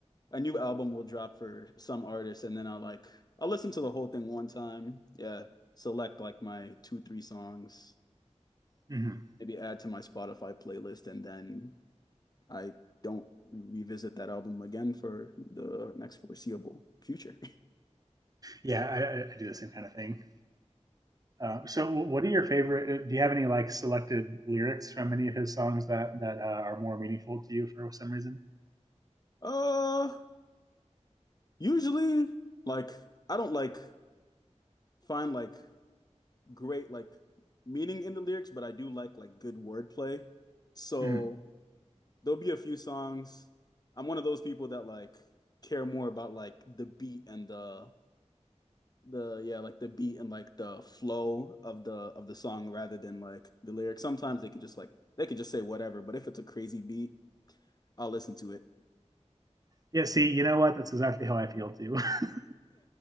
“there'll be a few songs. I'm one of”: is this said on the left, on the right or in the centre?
Left